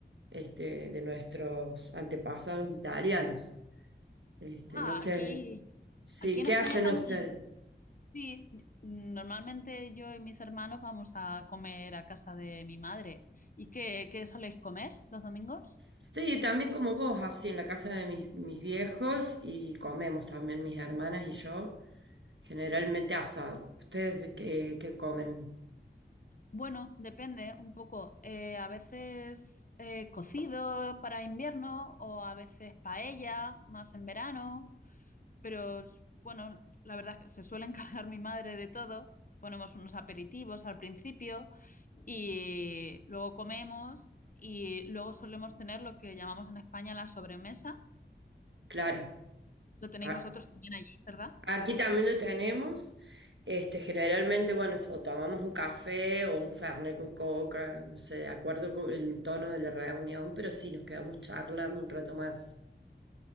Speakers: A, on the right; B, on the left.
A: este, de nuestros antepasados italianos. Este,
B: Ah,
A: no sé,
B: aquí,
A: sí,
B: aquí en
A: ¿qué
B: España
A: hacen
B: también.
A: ustedes?
B: Sí, normalmente yo y mis hermanos vamos a comer a casa de mi madre. ¿Y qué, qué soléis comer los domingos?
A: Estoy también como vos, así en la casa de mis, mis viejos y comemos también mis hermanas y yo. Generalmente asado. ¿Ustedes qué, qué comen?
B: Bueno, depende un poco. Eh, a veces eh, cocido para invierno o a veces paella, más en verano. Pero bueno, la verdad es que se suele <laughs> encargar mi madre de todo. Ponemos unos aperitivos al principio. y luego comemos y luego solemos tener lo que llamamos en España la sobremesa.
A: Claro.
B: Lo tenéis
A: A-
B: vosotros también allí, ¿verdad?
A: aquí también lo tenemos. Este, generalmente, bueno, o tomamos un café o un fernet con coca, no sé, de acuerdo con el tono de la reunión, pero sí, nos quedamos charlando un rato más.